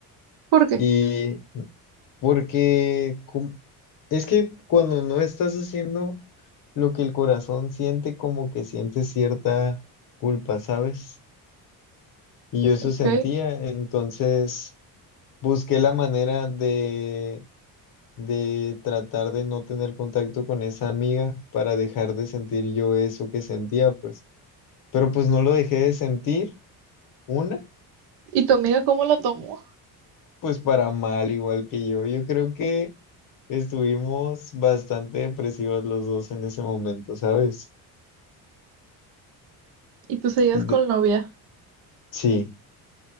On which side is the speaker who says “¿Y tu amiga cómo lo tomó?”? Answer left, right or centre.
Right